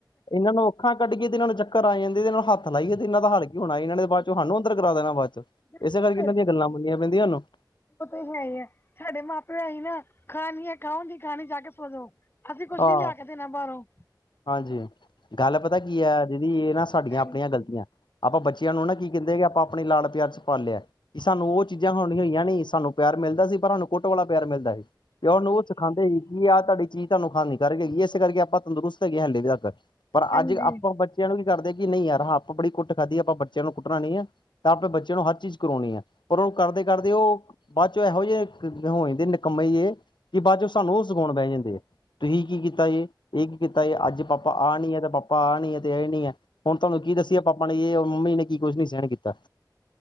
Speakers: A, on the left; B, on the left.
A: ਇਹਨਾਂ ਨੂੰ ਅੱਖਾਂ ਕੱਢੀਏ, ਤੇ ਇਹਨਾਂ ਨੂੰ ਚੱਕਰ ਆ ਜਾਂਦੇ, ਤੇ ਜੇ ਇਹਨਾਂ ਨੂੰ ਹੱਥ ਲਾਈਏ ਤੇ ਇਹਨਾਂ ਦਾ ਹਾਲ ਕੀ ਹੋਣਾ ਇਹਨਾਂ ਨੇ ਤੇ ਬਾਦ ਚੋਂ ਸਾਨੂੰ ਅੰਦਰ ਕਰਾ ਦੇਣਾ ਬਾਦ ਚੋਂ
B: ਬਿਲਕੁਲ
A: ਇਸੇ ਕਰਕੇ, ਇਹਨਾਂ ਦੀਆਂ ਗੱਲਾਂ ਮੰਨਣੀਆਂ ਪੈਂਦੀਆਂ ਸਾਨੂੰ।
B: ਉਹ ਤਾਂ ਹੈ ਹੀ ਹੈ, ਸਾਡੇ ਮਾਂ ਪਿਓ ਸੀ ਨਾ, ਖਾਣੀ ਹੈ ਖਾਉ, ਨੀ ਖਾਣੀ ਜਾ ਕੇ ਸੌ ਜੋ। ਅਸੀਂ ਕੁੱਛ ਨੀ,
A: ਆਹ
B: ਲਿਆ ਕੇ ਦੇਣਾ ਬਾਹਰੋਂ।
A: ਹਾਂਜੀ, ਗੱਲ ਪਤਾ ਕੀ ਹੈ, ਦੀਦੀ ਇਹ ਨਾ ਸਾਡੀਆਂ
B: ਹਾਂਜੀ
A: ਆਪਣੀਆਂ ਗ਼ਲਤੀਆਂ ਆਪਾਂ ਬੱਚਿਆਂ ਨੂੰ ਨਾ, ਕੀ ਕਹਿੰਦੇ ਹੈ, ਆਪਾਂ ਆਪਣੇ ਲਾਡ ਪਿਆਰ ਚ ਪਾਲਿਆ, ਕਿ ਸਾਨੂੰ ਉਹ ਚੀਜ਼ਾਂ <unintelligible> ਹੋਈਆਂ ਨੀ ਸਾਨੂੰ ਪਿਆਰ ਮਿਲਦਾ ਸੀ, ਪਰ ਸਾਨੂੰ ਕੁੱਟ ਵਾਲਾ ਪਿਆਰ ਮਿਲਦਾ ਸੀ ਤੇ ਉਹ ਸਾਨੂੰ ਉਹ ਸਿਖਾਂਦੇ ਸੀ, ਕਿ ਆਹ ਤੁਹਾਡੀ ਚੀਜ਼ ਤੁਹਾਨੂੰ ਖਾਣ ਨੀ ਕਰਕੇ ਗੀ ਇਸੇ ਕਰਕੇ ਆਪਾਂ ਤੰਦਰੁਸਤ ਹੈਗੇ ਹਾਲੇ ਵੀ ਤੱਕ। ਪਰ
B: ਹਾਂਜੀ ਬਿਲਕੁਲ ਹਾਂਜੀ
A: ਅੱਜ ਆਪਾਂ ਬੱਚਿਆਂ ਨੂੰ ਕੀ ਕਰਦੇ, ਕਿ ਨਹੀਂ ਯਾਰ ਆਪਾਂ ਬੜੀ ਕੁੱਟ ਖਾਧੀ ਆ, ਆਪਾਂ ਬੱਚਿਆਂ ਨੂੰ ਕੁੱਟਣਾ ਨਹੀਂ ਹੈ। ਤਾਂ ਆਪਾਂ ਬੱਚਿਆਂ ਨੂੰ ਹਰ ਚੀਜ਼ ਕਰਵਾਉਣੀ ਹੈ, ਪਰ ਉਹਨੂੰ ਕਰਦੇ- ਕਰਦੇ ਉਹ ਬਾਅਦ ਚ ਇਹੋ ਜਿਹੇ ਹੋ ਜਾਂਦੇ ਨਿਕੰਮੇ ਜੇ ਕਿ ਬਾਅਦ ਚੋਂ ਸਾਨੂੰ ਉਹ ਸਿਖਾਉਣ ਬਹਿ ਜਾਂਦੇ ਹੈ। ਤੁਸੀਂ ਕੀ ਕੀਤਾ ਜੇ, ਇਹ ਕੀ ਕੀਤਾ ਅੱਜ ਪਾਪਾ ਆ ਨੀ ਹੈ ਤੇ ਪਾਪਾ ਆ ਨੀ ਹੈ, ਤੇ ਇਹ ਨੀ ਹੈ। ਹੁਣ ਤੁਹਾਨੂੰ ਕੀ ਦੱਸੀਏ, ਪਾਪਾ ਨੇ ਔਰ ਮੰਮੀ ਨੇ ਕੀ ਕੁਛ ਨੀ ਸਹਿਣ ਕੀਤਾ।